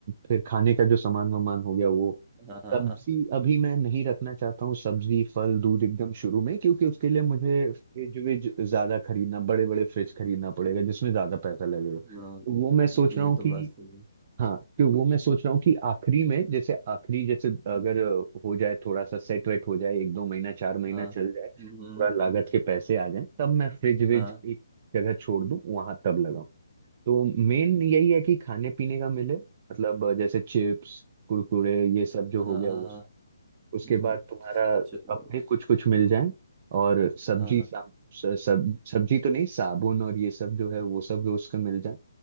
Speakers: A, on the right; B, on the right.
A: फिर खाने का जो सामान वामान हो गया वो
B: <laughs> हाँ हाँ
A: सब्जी
B: हाँ
A: अभी मैं नहीं रखना चाहता हूँ सब्जी फल दूध एकदम शुरू में क्योंकि उसके लिए मुझे फ्रिज विज ज्यादा खरीदना बड़े बड़े फ्रिज खरीदना पड़ेगा जिसमें ज्यादा पैसा लगेगा
B: हम्म,
A: तो
B: हाँ हाँ,
A: वो मैं सोच
B: ये
A: रहा हूँ
B: तो
A: कि
B: बात सही है
A: हाँ तो वो मैं सोच रहा हूँ कि आखिरी में जैसे आखिरी जैसे अगर
B: हम्म,
A: हो जाए थोड़ा सा सेट वेट हो जाए एक दो महीना चार महीना
B: हाँ
A: चल जाए
B: हम्म,
A: पूरा लागत के पैसे आ जाए तब मैं फ्रिज विज
B: हाँ
A: एक जगह छोड़ दूँ वहां तब लगाऊं तो
B: हम्म,
A: मेन यही है कि खाने पीने का मिले मतलब जैसे चिप्स कुरकुरे ये सब जो
B: हाँ
A: हो गया
B: हाँ
A: वो
B: हाँ,
A: सब। उसके
B: हम्म,
A: बाद तुम्हारा
B: चलो
A: अपने कुछ कुछ मिल जाए और सब्जी
B: हाँ
A: साब, स- सब सब्जी तो नहीं साबुन और ये सब जो है वो सब रोज का मिल जाए